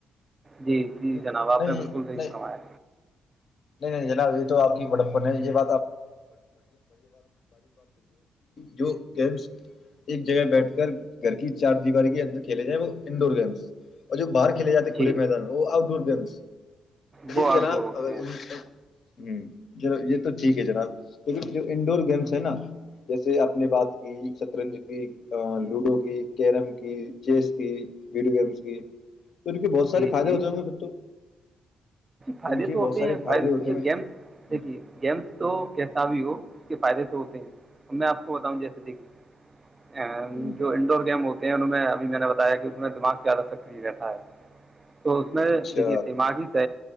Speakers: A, on the right (about 30°); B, on the left (about 60°).
A: جی جی
B: نہیں
A: جناب آپ نے
B: نہیں
A: بالکل صی
B: نہیں
A: فرمایا
B: جناب یہ یہ بک گم ایک جگہ بیٹھ کر گھر کی چار دیاری کھیلے جائ وہ انڈ گم اور باہر کھیل جاتے کھلے
A: جی
B: میدان وہ آؤٹ ڈور گیمس
A: وہ
B: جناب
A: آؤٹ ڈور ہوتے
B: اگر
A: ہیں
B: ہ ج یہ تو ٹھیک ہے جناب لیکن جو انڈور گیمس ہے نا جیسے آپ نے بات کی شطرنج کی لوڈو کی کیرم کی چیس کی ویڈیو گیمس کی تو کیونہ بہت سارے
A: جی
B: فائدے
A: جی
B: ہوتے ہوں گے پھر تو
A: فائدے
B: ان کے
A: تو
B: بہت
A: ہوتے
B: سارے
A: ہیں
B: فائدے ہوتے ہیں ہوں
A: گیمس دیکھی گیمس تو کیسا بھی ہو اس کے فائدے سے ہوتے ہیں تو میں آپ بتا ہوں جیسے دیکھی
B: ہوں،
A: جو انڈور گیم ہو ان میں ابھی میں نے بتایا کہ اس میں دماغ زیادہ سکری رہتاا ہے تو اس میں
B: اچھا
A: دیکھیے دماغی